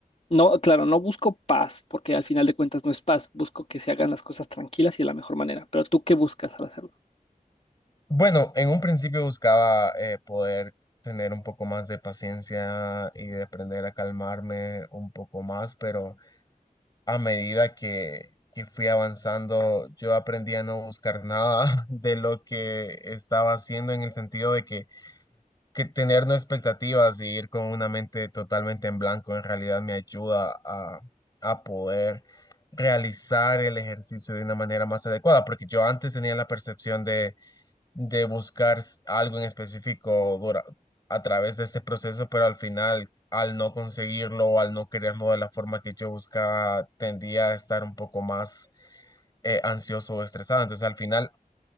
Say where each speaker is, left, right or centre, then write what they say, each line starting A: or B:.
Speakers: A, on the left (about 45°); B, on the left (about 25°).
A: No, claro, no busco paz, porque al final de cuentas no es paz, busco que se hagan las cosas tranquilas y de la mejor manera, pero ¿tú qué buscas al hacerlo?
B: bueno, en un principio buscaba eh, poder tener un poco más de paciencia y de aprender a calmarme un poco más, pero... a medida que, que fui avanzando, yo aprendí a no buscar nada <laughs> de lo que estaba haciendo en el sentido de que, que tener no expectativas y ir con una mente totalmente en blanco en realidad me ayuda a, a poder realizar el ejercicio de una manera más adecuada, porque yo antes tenía la percepción de buscar s- algo en específico dura- a través de este proceso, pero al final, al no conseguirlo o al no quererlo de la forma que yo buscaba, tendía a estar un poco más eh, ansioso o estresado. Entonces, al final,